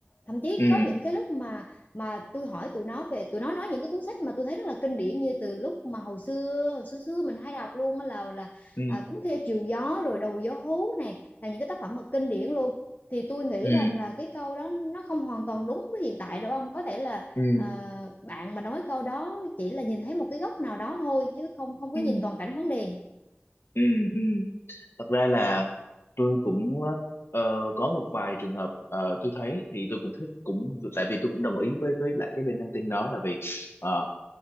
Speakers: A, on the left (about 45°); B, on the left (about 75°).
A: thậm chí
B: ừ,
A: có những cái lúc mà mà tôi hỏi tụi nó về tụi nó nói những cái cuốn sách mà tôi thấy rất là kinh điển như từ lúc mà hồi xưa hồi xưa xưa mình hay đọc luôn á là là
B: ừ,
A: à, cuốn theo chiều gió rồi đầu gió hú này là những cái tác phẩm mà kinh điển luôn thì tôi nghĩ
B: ừ,
A: rằng là cái câu đó nó không hoàn toàn đúng với hiện tại đúng không? Có thể là
B: ừ,
A: ờ, bạn mà nói câu đó chỉ là nhìn thấy một cái góc nào đó thôi chứ không không
B: ừ,
A: có nhìn toàn cảnh vấn đề.
B: ừ, ừ. thật ra là tôi cũng ờ, có một vài trường hợp ờ, tôi thấy thì tôi cũng thích cũng tại vì tôi cũng đồng ý với với lại cái bên đăng tin đó là vì ờ,